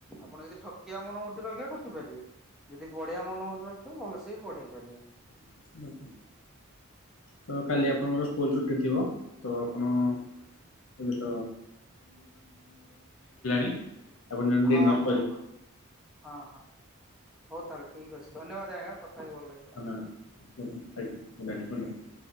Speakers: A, in the centre; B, on the left.
A: ଆପଣ ଯଦି ଠକିିବା ମନମୂର୍ତ୍ତି ରଖିବା ଠକି ପାରିବେ। ଯଦି ପଢ଼ିବା ମନ ବୁର୍ତି ରଖିବା ଭଲସେ ବି ପଢେଇ ପାରିବ।
B: <inaudible> ତ କାଲି ଆପଣଙ୍କର ସ୍କୁଲ ଛୁଟି ଥିବ ତ ଆପଣ ଏବେ ତ <unintelligible> ଆପଣ ଜଣେ ଡିନର୍
A: ହଁ ହଁ ହଁ। ହଁ ହଁ ହଉ ତାହେଲେ ଠିକ ଅଛି ଧନ୍ୟବାଦ ଆଜ୍ଞା କଥା ହି ଭଲଲାଗିଲା।
B: ଧନ୍ୟବାଦ ଗୁଡ ନାଇଟ ଗୁଡ ନାଇଟ।